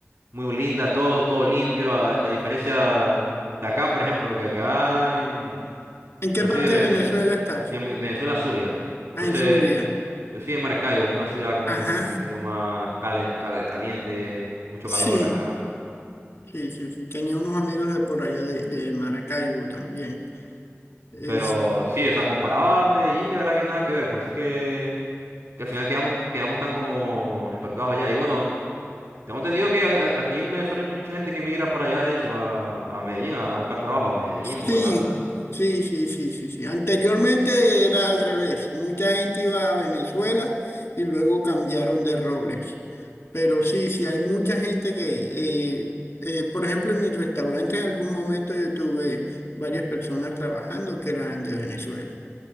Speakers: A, on the right; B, on the left.
A: muy linda, todo, todo limpio, a, a diferencia de acá, por ejemplo, que acá en,
B: ¿en qué
A: yo
B: parte
A: soy de Venezuela,
B: de Venezuela estás?
A: en Venezuela, Zulia. Entonces,
B: Ah, en Zulia.
A: yo soy de Maracaibo, es una ciudad como
B: Ajá,
A: un poquito más calen- cal- caliente, mucho
B: sí,
A: calor acá.
B: sí, sí, sí. Tenía unos amigos de por allá de, de Maracaibo también. Es,
A: Pero sí, o sea, comparado a Medellín, de verdad que nada que ver. Por eso es que, que al final quedamos, quedamos tan como impactados allá. Y bueno, tengo entendido que hay- hay- aquí en Venezuela hay mucha gente que migra para allá, de hecho, a, a Medellín, a, a buscar trabajo, a Medellín,
B: sí,
A: Bogotá, todo eso.
B: sí, sí, sí, sí, sí. Anteriormente era al revés. Mucha gente iba a Venezuela y luego cambiaron de roles. Pero sí, sí, hay mucha gente que, eh, eh, por ejemplo, en mi restaurante en algún momento yo tuve varias personas trabajando que eran de Venezuela.